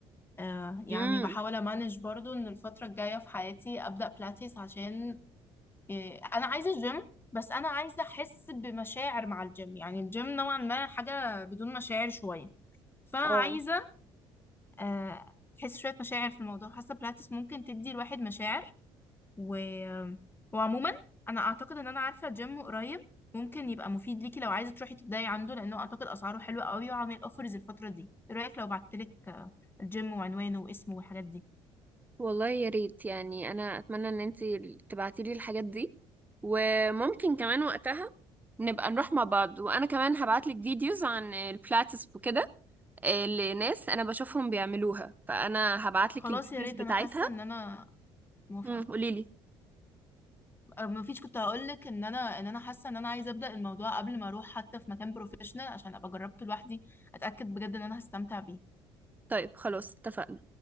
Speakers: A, on the left; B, on the right.
A: آه يعني
B: امم
A: بحاول امانج برضو ان الفترة الجاية في حياتي ابدأ بلاتيس عشان إيه، انا عايزه الجيم بس انا عايزه احس بمشاعر مع الجيم يعني الجيم نوعا ما حاجه بدون مشاعر شويه فانا
B: اه
A: عايزه آه، احس شويه مشاعر في الموضوع حاسه بلاتس ممكن تدي الواحد مشاعر و... آه، وعموما انا اعتقد ان انا عارفه جيم قريب ممكن يبقى مفيد ليكي لو عايزه تروحي تبداي عنده لانه اعتقد اسعاره حلوه قوي وعامل اوفرز الفتره دي ايه رايك لو بعتلك الجيم وعنوانه واسمه والحاجات دي
B: والله يا ريت يعني انا اتمنى ان انتي تبعتي لي الحاجات دي وممكن كمان وقتها نبقى نروح مع بعض وانا كمان هبعت لك فيديوز عن البلاتس وكده آه، لناس انا بشوفهم بيعملوها فانا هبعتلك
A: خلاص
B: الفيديوز
A: يا ريت
B: بتاعتها
A: انا حاسه ان انا موافقه
B: امم قوليلي
A: آه، ما فيش كنت هقول لك ان انا ان انا حاسه ان انا عايزه ابدا الموضوع قبل ما اروح حتى في مكان بروفيشنال عشان ابقى جربته لوحدي اتاكد بجد ان انا هستمتع بيه
B: طيب خلاص اتفقنا